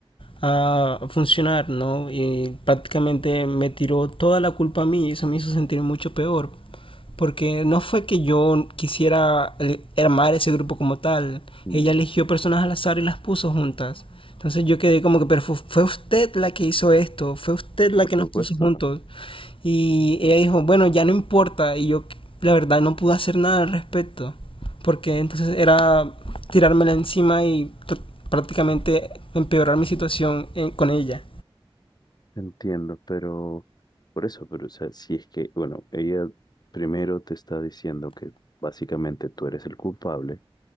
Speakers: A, on the left (about 60°); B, on the left (about 45°).
A: a funcionar, ¿no? Y prácticamente me tiró toda la culpa a mí y eso me hizo sentir mucho peor. Porque no fue que yo quisiera el- armar ese grupo como tal.
B: mm,
A: Ella eligió personas al azar y las puso juntas. Entonces yo quedé como que, pero fu- fue usted la que hizo esto, fue usted la
B: por
A: que
B: supuesto,
A: nos puso juntos. Y ella dijo, bueno, ya no importa. Y yo, la verdad, no pude hacer nada al respecto. Porque entonces era tirármela encima y tr- prácticamente empeorar mi situación en- con ella.
B: entiendo, pero por eso, pero o sea, si es que, bueno, ella primero te está diciendo que básicamente tú eres el culpable